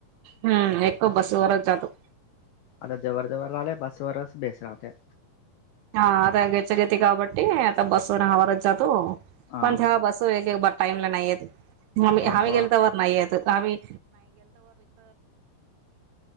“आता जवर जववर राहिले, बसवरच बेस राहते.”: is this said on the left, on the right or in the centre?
Left